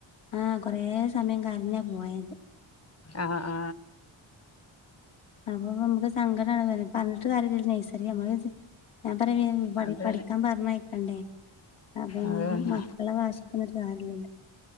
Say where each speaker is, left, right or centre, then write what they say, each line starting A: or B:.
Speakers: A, on the left; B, on the left.
A: ആ കൊറെ സമയം കര്ഞ്ഞാ പോയത്
B: ആ ആ
A: അപ്പം നമുക്ക് സങ്കടാണ് പർഞ്ഞിട്ട് കാര്യാല്ലല്ലോ നഴ്സറി നമ്മള് ഞാൻ പറവേം പടി
B: അതന്നെ
A: പഠിക്കാം പർഞ്ഞയിക്കണ്ടേ അപ്പം
B: അതന്നെ
A: മക്കള വാശിക്ക്ന്ന്ട്ട് കാര്യല്ലല്ലോ